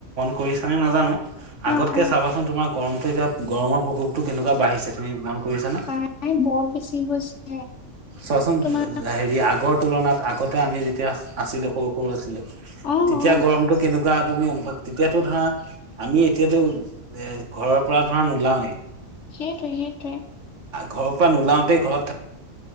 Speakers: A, on the right; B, on the left.
A: কৰিছ নে নাজানো আগতকে
B: অ অ
A: চাবাচোন তোমাৰ গৰমতটো এতিয়া গৰমৰ প্ৰকোপটো কেনেকুৱা বাঢ়িছে তুমি মন কৰিছা না
B: ন বৰত বেছি হৈছে।
A: চোৱাচোন
B: তোমাৰ
A: হেৰি আগৰ তুলনাত আগতে আমি যেতিয়া আছ। সৰু সৰু আছিলো
B: অ
A: তেতিয়া
B: অ
A: গৰমতটো কেনেকুৱা তুমি অনুভৱ তেতিয়াতো ধৰা- আমি এতিয়াতো এ ঘৰৰ পৰা ধৰা ওলাওৱেই।
B: সেইটোৱে সেইটোৱে-
A: ঘৰৰ পৰা নোলাওঁতে ঘৰত থাক।